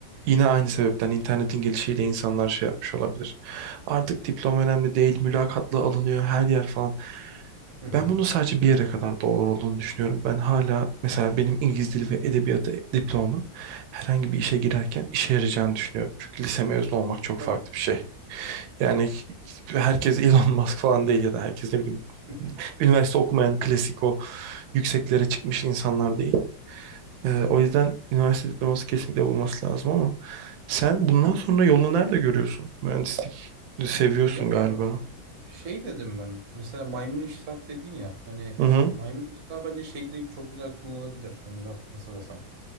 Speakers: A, on the right; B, on the right.
A: yine aynı sebepten internetin gelişiyle insanlar şey yapmış olabilir. Artık diploma önemli değil, mülakatla alınıyor her yer falan.
B: Hı hı.
A: Ben bunun sadece bir yere kadar doğru olduğunu düşünüyorum. Ben hala mesela benim İngiliz dili ve edebiyatı diplomamın herhangi bir işe girerken işe yarayacağını düşünüyorum. Çünkü lise mezunu olmak çok
B: Tabii.
A: farklı bir şey. Yani herkes Elon Musk falan değil ya da herkes ne bileyim
B: <laughs>
A: üniversite okumayan klasik o yükseklere çıkmış insanlar değil. Ee, o yüzden üniversite diploması kesinlikle bulması lazım ama sen bundan sonra yolunu nerede görüyorsun? Mühendislik seviyorsun
B: Ya
A: galiba.
B: şey dedim ben. Mesela maymun iştah dedin ya. Hani
A: Hı hı.
B: maymun iştah bence şeyde çok güzel kullanılabilir. Hani nasıl desem.